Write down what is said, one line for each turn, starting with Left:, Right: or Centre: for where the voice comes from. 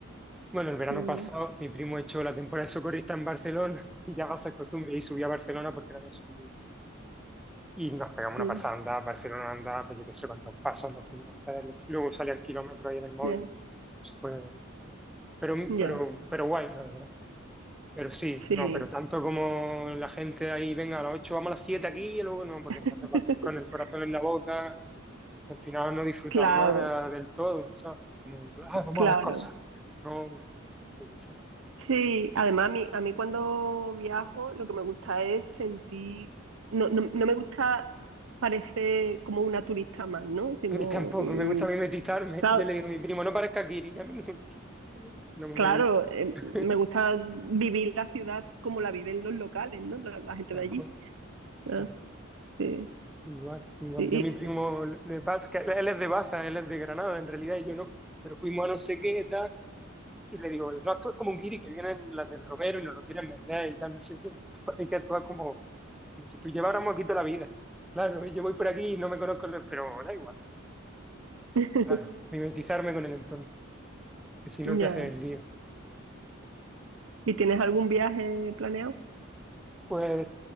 Centre: bueno, el verano
Right: mm,
Centre: pasado mi primo echó la temporada de socorrista en Barcelona <laughs> y ya va a ser costumbre y subí a Barcelona porque no había subido. Y nos pegamos una
Right: mm,
Centre: pasada andada, Barcelona andada pues yo qué sé cuántos pasos nos pudimos hacer. Luego salía el kilómetro ahí en el móvil.
Right: ya,
Centre: Eso Fue Pero,
Right: ya,
Centre: pero, pero guay, la verdad. Pero sí,
Right: sí,
Centre: no, pero tanto como la gente ahí, venga, a las 8 vamos a las 7 aquí y luego no, porque
Right: <laughs>
Centre: entonces va con el corazón en la boca, y al final no disfrutan
Right: claro,
Centre: nada del todo, ¿sabes? Como, ah, vamos
Right: claro.
Centre: a ver cosas. No, yo sé.
Right: Sí, además a mí, a mí cuando viajo lo que me gusta es sentir, no, no, no me gusta parecer como una turista más, ¿no? Sino,
Centre: A mí tampoco,
Right: mm,
Centre: me gusta mimetizarme.
Right: claro,
Centre: Yo le digo a mi primo, no parezca Kiri, que a mí no, <laughs> no me
Right: claro,
Centre: gusta.
Right: eh,
Centre: <laughs>
Right: me gusta vivir la ciudad como la viven los locales, ¿no? La, la gente
Centre: Tal
Right: de allí.
Centre: cual. claro.
Right: Ah, sí,
Centre: Igual, igual.
Right: sí.
Centre: Yo a mi primo
Right: y-
Centre: de Baza, que él es de Baza, él es de Granada en realidad, y yo no. Pero fuimos a no sé qué, tal. Y le digo, no actúes como un guiri que vienen las del Romero y nos lo quieren vender y tal, no sé qué. <laughs> Hay que actuar como, como si tú lleváramos aquí toda la vida. Claro, yo voy por aquí y no me conozco, los- pero da igual.
Right: <laughs>
Centre: Claro, mimetizarme con el entorno, que si no
Right: Ya.
Centre: te hacen el lío.
Right: ¿Y tienes algún viaje planeado?
Centre: Pues,